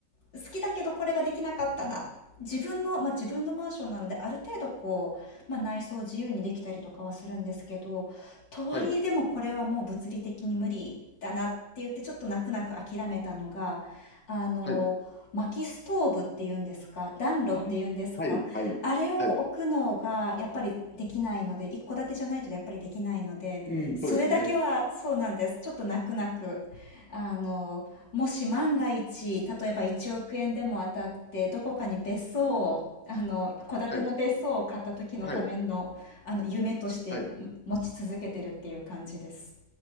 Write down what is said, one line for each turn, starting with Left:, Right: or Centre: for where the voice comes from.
Left: 好きだけどこれができなかったな。自分の、まあ、自分のマンションなので、ある程度こう、まあ、内装自由にできたりとかはするんですけど、とはいえでもこれはもう物理的に無理だなって言ってちょっと泣く泣く諦めたのが、
Centre: はい、
Left: あの、
Centre: はい、
Left: 薪ストーブっていうんですか、暖炉っていうんですか、
Centre: あ、はい、はい、
Left: あれを置くのがやっぱりできないので、
Centre: はい、
Left: 一戸建てじゃないとやっぱりできないので、
Centre: うん、
Left: それだけはそうなんです。
Centre: そうですね。
Left: ちょっと泣く泣く。あの、もし万が一、例えば1億円でも当たって、どこかに別荘を、あの、戸建ての別荘を買った時のための、
Centre: はい、はい、
Left: あの、夢としてん持ち続けてるっていう感じです。
Centre: はい、